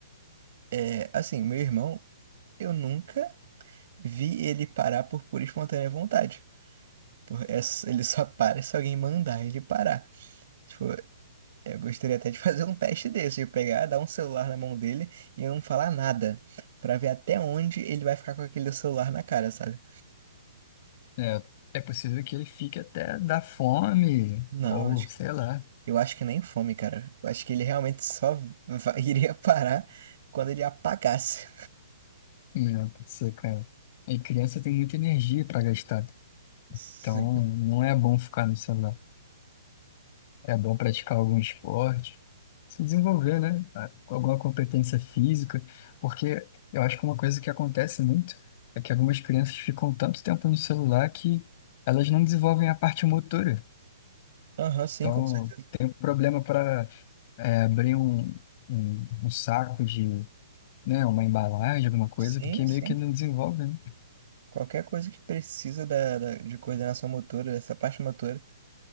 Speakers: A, on the right; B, on the left.
A: é, assim, meu irmão, eu nunca vi ele parar por pura e espontânea vontade. Por, é s- <laughs> ele só para se alguém mandar ele parar. Tipo, eu gostaria até de fazer um teste desse, de pegar, dar um celular na mão dele e eu não falar nada, pra ver até onde ele vai ficar com aquele celular na cara, sabe?
B: É, é possível que ele fique até da fome,
A: Não,
B: ou
A: acho
B: sei lá,
A: Eu acho que nem fome, cara. Eu acho que ele realmente só va- <laughs> iria parar quando ele apagasse.
B: né, pode ser, cara. E criança tem muita energia pra gastar.
A: Sim.
B: Então, não é bom ficar no celular. É bom praticar algum esporte, se desenvolver, né? Com Alguma competência física, porque eu acho que uma coisa que acontece muito é que algumas crianças ficam tanto tempo no celular que elas não desenvolvem a parte motora.
A: Aham, sim,
B: Então,
A: com certeza.
B: tem um problema para abrir um, um, um saco de, né, uma embalagem, alguma coisa,
A: Sim,
B: porque
A: sim.
B: meio que não desenvolve, né?
A: Qualquer coisa que precisa da, da- de coordenação motora, dessa parte motora,